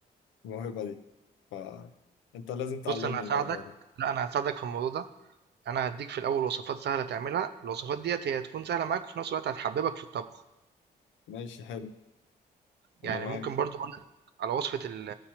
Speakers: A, on the left (about 80°); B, on the right (about 60°).
A: الموهبه دي فانت لازم تعلمني
B: بص انا هساعدك
A: الموضوع ده
B: لا انا هساعدك في الموضوع ده انا هديك في الاول وصفات سهله تعملها الوصفات ديت هي هتكون سهله معاك وفي نفس الوقت هتحببك في الطبخ
A: ماشي حلو انا
B: يعني
A: معاك
B: ممكن برضو اقول لك على وصفه ال-